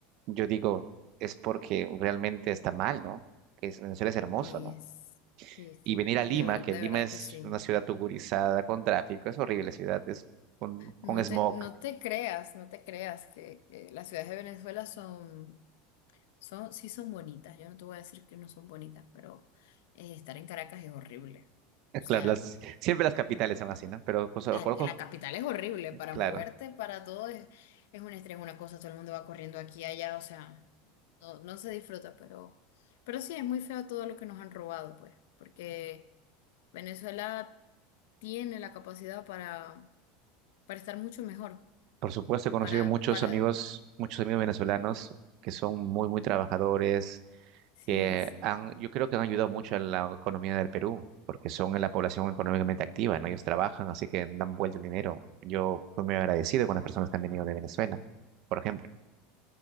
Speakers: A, on the right; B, on the left.
A: yo digo, es porque realmente está mal, ¿no? Que es- Venezuela es hermoso,
B: sí,
A: ¿no?
B: es- sí,
A: Y
B: sí,
A: venir a
B: sí,
A: Lima,
B: de verdad,
A: que
B: de
A: Lima
B: verdad
A: es
B: que sí.
A: una ciudad tugurizada, con tráfico, es horrible ciudad, es con, con
B: No
A: smog.
B: te, no te creas, no te creas que, que las ciudades de Venezuela son, son, sí son bonitas. Yo no te voy a decir que no son bonitas, pero eh, estar en Caracas es horrible.
A: Eh,
B: O sea.
A: <laughs> Claro, las, siempre las capitales son así, ¿no? Pero cosa-
B: La,
A: conozco,
B: la capital es horrible para
A: claro.
B: moverte, para todo es, es un estrés, una cosa, todo el mundo va corriendo aquí y allá, o sea, no, no se disfruta, pero, pero sí, es muy feo todo lo que nos han robado, pues, porque Venezuela tiene la capacidad para, para estar mucho mejor,
A: Por supuesto, he conocido
B: para,
A: muchos
B: para,
A: amigos, muchos amigos venezolanos que son muy, muy trabajadores
B: sí,
A: que
B: sí,
A: han, yo creo que han ayudado mucho a la economía del Perú, porque son la población económicamente activa, ¿no? Ellos trabajan, así que dan vuelta el dinero. Yo estoy muy agradecido con las personas que han venido de Venezuela, por ejemplo.